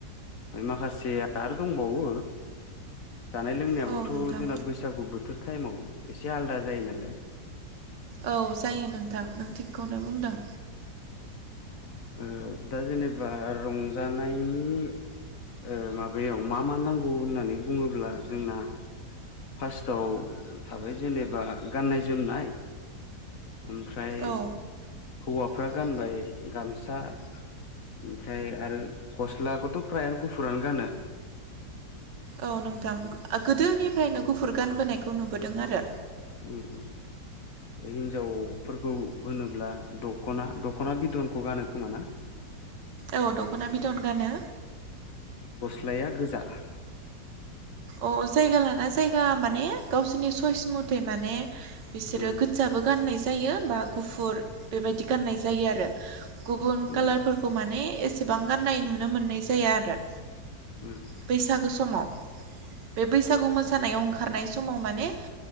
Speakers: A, on the left; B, on the right.
A: माखासेया आरो दंबावो जानाय लोंनाया
B: औ
A: थ'
B: नोंथां
A: जोंना बैसागु बोथोर टाइमाव एसे आलदा जायो नालाय
B: औ जायो नोंथां नों थिगखौनो बुंदों।
A: ओ दा जेनेबा रंजानायनि ओ माबायाव मा मा नांगौ होननानै बुङोब्ला जोंना फार्स्टआव थाबाय जेनेबा गाननाय जोमनाय ओमफ्राय
B: औ
A: हौवाफ्रा गानबाय गामसा ओमफ्राय आरो गस्लाखौथ' फ्रायानो गुफुरानो गानो।
B: औ नोंथां आ गोदोनिफ्रायनो गुफुर गानबोनायखौ नुबोदों आरो।
A: उम उम हिनजावफोरखौ होनोब्ला दखना दख'ना बिदनखौ गानो खोमा ना? <inaudible>
B: औ दख'ना बिदन गानो।
A: लाया गोजा
B: अ जायगा लाना जायगा माने गावसोरनि सइस मथे माने बिसोरो
A: उम
B: गोजाबो गाननाय जायो बा गुफुर बेबायदि गाननाय जायो आरो गुबुन
A: उम
B: कालारफोरखौ माने एसेबां गाननाय नुनो मोननाय जाया आरो
A: उम
B: बैसागो समाव बे बैसागु मोसानायाव ओंखारनाय समाव माने